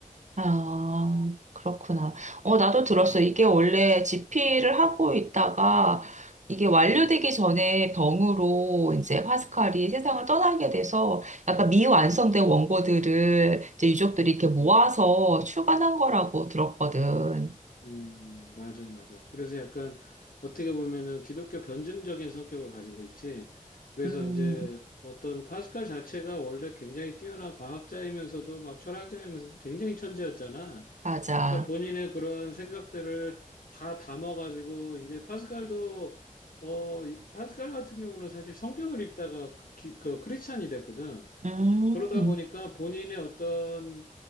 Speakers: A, on the right (about 60°); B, on the left (about 85°).
A: 아, 그렇구나. 어, 나도 들었어.
B: 음,
A: 이게 원래 지피를 하고 있다가 이게 완료되기
B: 음,
A: 전에 병으로 이제 파스칼이 세상을 떠나게 돼서 약간 미완성된
B: 음,
A: 원고들을 이제 유족들이 이렇게 모아서
B: 음.
A: 출간한 거라고 들었거든.
B: 음, 맞아, 맞아. 그래서 약간 어떻게 보면은 기독교 변증적인 성격을 가지고 있지. 그래서
A: 음,
B: 이제 어떤 파스칼 자체가 원래 굉장히 뛰어난 과학자이면서도 막 철학자이면서도 굉장히 천재였잖아.
A: 맞아.
B: 그러니까 본인의 그런 생각들을 다 담아가지고 이제 파스칼도 어 이- 파스칼 같은 경우는 사실 성격을 입다가 크- 기- 그 크리스찬이 됐거든.
A: 음.
B: 그러다 보니까 본인의 어떤